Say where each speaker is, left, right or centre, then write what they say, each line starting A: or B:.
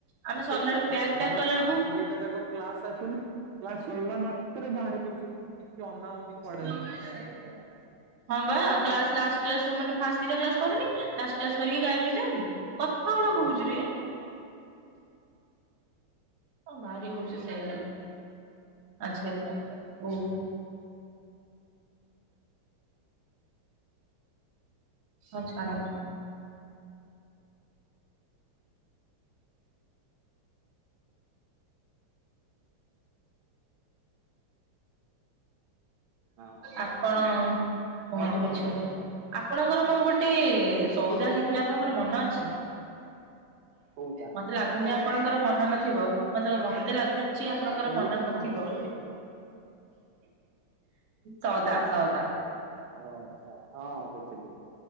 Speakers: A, on the right; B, on the right.
A: ଆମେ
B: ସେ
A: ସରିଲା
B: କୁ
A: ବେଳକୁ
B: ଫା
A: ବ୍ୟାଗ ପ୍ୟାକ୍
B: ମାନେ
A: କଲା
B: ଫାଷ୍ଟ
A: ବେଳକୁ
B: ଦିଟା ଯାକ କ୍ଲାସ ଆସୁନି କ୍ଲାସ ସରିଲା ମାତ୍ରେ ବାହାରିଯାଉଛି କିଛି ଅନାଉନି। କୁଆଡେ
A: ଲୋକାଲ୍
B: ନାଇଁ
A: ଟୋକା।
B: ଡାଇରେକ୍ଟ ବାହାର
A: ହଁ ବା କ୍ଲାସ୍ ଲାଷ୍ଟ କ୍ଲାସ୍ ମାନେ ଫାଷ୍ଟ ଦିଟା କ୍ଲାସ୍ କରୁନି ଲାଷ୍ଟ କ୍ଲାସ୍ କରିକି ଗାୟଭ ହେଇଯାଉଚି। ହଁ
B: ସେଇଆ ତ
A: ଶୁଣୁ। ହଁ ଭାରି ହଉଛି ସେ ଆଚ୍ଛା ହଉ। ହଁଉ ଛାଡ଼।
B: ହଁ
A: ଆପଣ କୁହନ୍ତୁ କିଛି ଗୋଟେ, ଆପଣଙ୍କର ମୋର ଗୋଟେ ସଉଦା ହେଇଥିଲା ଆପଣଙ୍କର ମନ ଅଛି?
B: ସଉଦା
A: ମତେ ଲାଗୁନି ଆପଣଙ୍କର ମନେ ନଥିବ ତ ମତେ ଲାଗୁ ଛି ଆପଣଙ୍କର
B: ସଉଦା
A: ମନେ ନଥିବ।
B: କଣ
A: ସଅଦା ସଅଦା।
B: ଓ ଆଚ୍ଛା ହଁ ବୁଝିଲି।